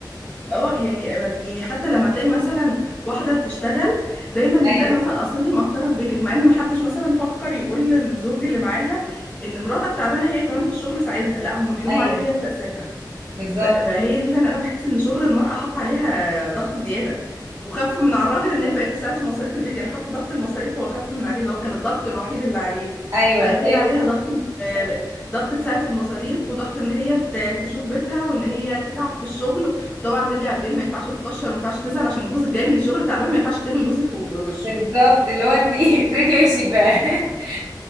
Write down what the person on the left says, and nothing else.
اه يعني أبد- يعني حتى لما تلاقي مثلا واحدة بتشتغل دايما يتقالها
مثلا اصل انتي مقصرة في بيتك مع ان محدش مثلا فكر يقول للزوج اللي معاها ان مراتك تعبانة هي كمان في الشغل ساعدها لا هم بيلوموا
عليها هي لتقصيرها
ف- فهي دي فعلا انا بحس ان شغل المرأة حط عليها ضغط زيادة وخف من على الراجل ان هي بقت تساعد في مصاريف البيت يعني حتى ضغط المصاريف هو خف من عليه اللي هو كان الضغط الوحيد اللي عليه
بقت
هي عليها ضغط آه، ضغط تساعد في المصاريف وضغط ان هي ت- تشوف بيتها وان هي تتعب في الشغل طبعا ترجع بالليل ما ينفعش تكشر ما ينفعش تزعل عشان جوزك جاي من الشغل تعبان ما ينفعش تلوي جوزك في في وشه